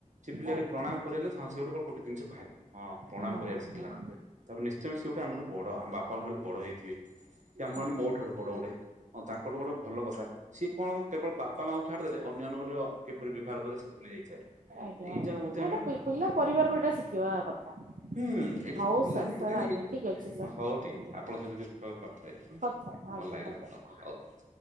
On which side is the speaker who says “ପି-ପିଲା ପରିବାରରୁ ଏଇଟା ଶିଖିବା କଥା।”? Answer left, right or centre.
Right